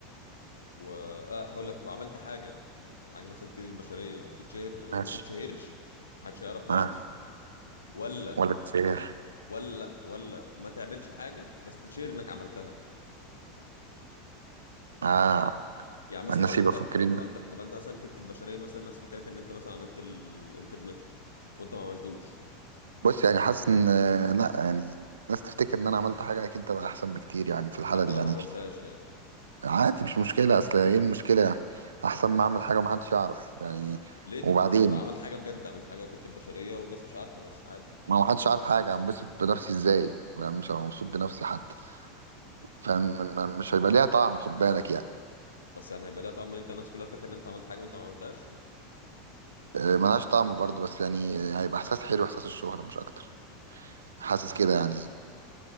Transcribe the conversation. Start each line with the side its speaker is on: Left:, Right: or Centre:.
Left: و آه هقول لك تبقى عملت حاجه حاجه مثلا تفيد البشريه وتتشهر وما
Right: ماشي
Left: تتشهرش محدش يعرف خالص
Right: اه
Left: ولا
Right: ولا كتير
Left: ولا لأ، ولا ما تعملش حاجه بس تشير انك عملتها
Right: اه
Left: يعني مثلا
Right: الناس
Left: تبقى
Right: يبقى
Left: انت
Right: فاكرين
Left: تبقى انت تبقى انت مثلا فدت البشريه مثلا الناس فاكرك ان انت مثلا عملت الانترنت وانت ما عملتوش
Right: بص يعني حاسس ان لا يعني الناس تفتكر ان انا عملت حاجة اكيد تبقى احسن بكتير يعني في الحالة
Left: حتى
Right: دي
Left: لو
Right: يعني
Left: ما عملتهاش يعني
Right: عادي مش مشكلة اصل ايه المشكلة يعني احسن ما اعمل حاجة ومحدش يعرف يعني
Left: ليه طب
Right: وبعدين
Left: ما انت تبقى عملت حاجه بجد عملت حاجه فدت البشريه والناس مش عارفه بس عادي
Right: ما محدش عارف حاجة انبسط بنفسي ازاي بقى مش هبقى مبسوط بنفسي حتى فمش هيبقى ليها طعم خد بالك يعني
Left: بس يعني هيبقى ليها طعم ان انت الناس كلها فاكره ان انت عملت حاجه وانت ما عملتهاش
Right: آه، ملهاش طعم برضه بس يعني آه، هيبقى احساس حلو احساس الشهرة مش اكتر حاسس كده يعني